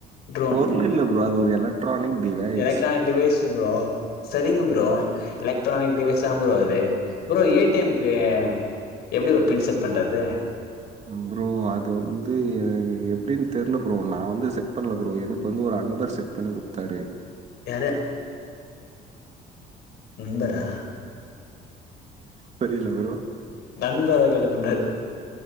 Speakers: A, on the left; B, on the right.
A: ட்ரோன்
B: பொருள் இல்ல ப்ரோ அது டூர்யாலர்ட் electronic device
A: electronic device bro சரிங்க ப்ரோ லைக் எலக்டரானிக் டிவைஸ் தா ப்ரோ அது bro A D M K எப்படி ஒரு பின்செட் பண்றது
B: ப்ரோ அது வந்து என எப்படின்னு தெரல ப்ரோ நா வந்து செட் பண்ணல ப்ரோ எனக்கு வந்து ஒரு அன்பர் செட் பண்ணி கொடுத்தாரு
A: யார நண்பரா
B: புரியல ப்ரோ
A: நண்பரா கேட்ட